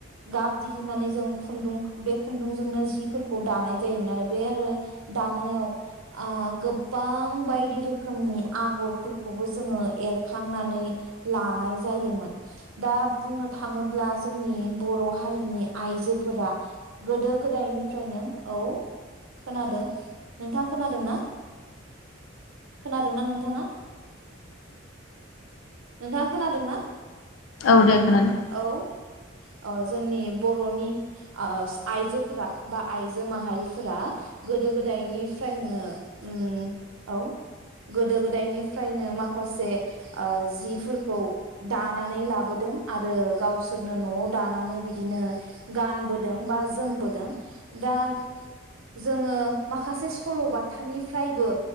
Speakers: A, on the right (about 80°); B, on the left (about 75°).
A: गाब दिहुननानै जों खुन्दुं बे खुन्दुंजोंनो जिफोरखौ दानाय जायोमोन आरो बे आरो दानायाव ओ गोबां बायदि रोखोमनि आगरफोरखौबो जोङो एरखांनानै लानाय जायोमोन दा बुंनो थाङो ब्ला जोंनि बर' हारिनि आइजोफोरा गोदो गोदायनिफ्रायनो औ खोनादों नोंथाङा खोनादोंना? खोनादोंना नोंथाङा? नोंथाङा खोनादोंना?
B: औ दे खोनादों।
A: औ ओ जोंनि बर'नि ओ आइजोफोरा बा आइजो माहारिफोरा गोदो गोदायनिफ्रायनो उम औ गोदो गोदायनिफ्रायनो माखासे ओ जिफोरखौ दानानै लाबोदों। आरो गावसोरनो न' दानानै बिदिनो गानबोदोंबा जोमबोदों। दा जोङो माखासे स' सल'बाथानिफ्रायबो